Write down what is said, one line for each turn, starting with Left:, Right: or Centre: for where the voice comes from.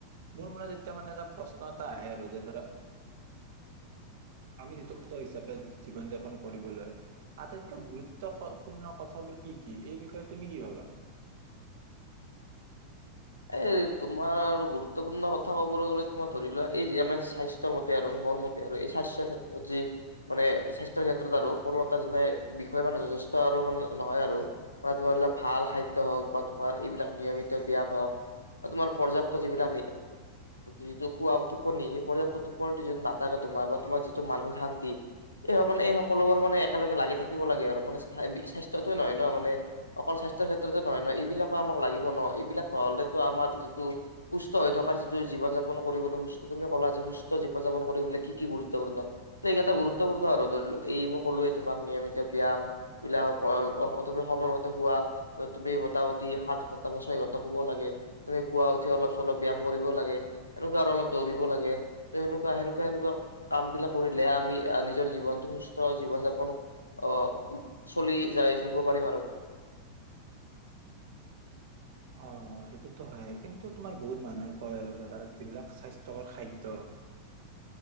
Right: মোৰ মনত এতিয়া মানে এটা প্ৰশ্ন এটা আহে আৰু যে ধৰা আমি যিটো সোত হিচাপে জীৱন যাপন কৰিবলৈ আটাইতকৈ গুৰুত্বপূৰ্ণ কথাবোৰ কি কি এই বিষয়ে তুমি কি ভাবা
Left: এই তোমাৰ গুৰুত্বপূৰ্ণ কথা ক'বলৈ গ'লে তোমাৰ ধৰি লোৱা এই যে আমাৰ স্বাস্থ্য মতে আৰু মোৰ মতে আৰু এই স্বাস্থ্যৰ ক্ষেত্ৰত যি মানে স্বাস্থ্যৰ ক্ষেত্ৰত আৰু কোনো এটা যেনে বিষয় মানে যথেষ্ট আৰু মানে নহয় আৰু মানে তোমাৰ ভাল খাদ্য হওঁক বা তোমাৰ এইবিলাক নিয়মিত ব্যায়াম হওঁক তোমাৰ পৰ্যাপ্ত যিবিলাক যিটো খোৱা টোপনি সেই পৰ্যাপ্ত টোপনিটো যি নাথাকে তোমাৰ বা তোমাৰ যিটো মানসিক শান্তি এই মানে এই সকলোবোৰ মানে একেলগে লাগি থাকিব লাগে আৰু মানে স্বাস্থ্যতোয়ে নহয় ন মান অকল স্বাস্থ্যৰ ক্ষেত্ৰতে নহয় ন এইবিলাকো আমাক লাগিব ন এইবিলাক নহ'লে আমাৰ যিটো সুস্থ হৈ থকাৰ যিটো জীৱন যাপন কৰিবলৈ, তুমি ক'লা যে সুস্থ জীৱন যাপন কৰিবলে কি কি গুৰুত্বপূৰ্ণ, ত এইকেইটা গুৰুত্বপূৰ্ণ আৰু ধৰি এই মই কলোৱে তোমাক নিয়মিত ব্যায়াম, বিলাক সময়মতে শোৱা, তুমি মোটামুটি সাত ঘন্টা বা ছয় ঘন্টা শুব লাগে। তুমি পুৱা উঠি অলপ চলপ ব্যায়াম কৰিব লাগে। এনেকুৱা আৰু অলপ দৌৰিব লাগে ত সেনেকুৱা সেনেকুৱা সেনেকুৱা কাম বিলাক কৰিলে আমি আহ নিজৰ জীৱনটো সুস্থ জীৱন যাপন আহ চলি যাই থাকিব পাৰিম আৰু।
Right: অ সেইটোতো হয়। কিন্তু তোমাৰ বহুত মানুহে কয় আৰু ধৰা যিবিলাক স্বাস্থ্যয়কৰ খাদ্য,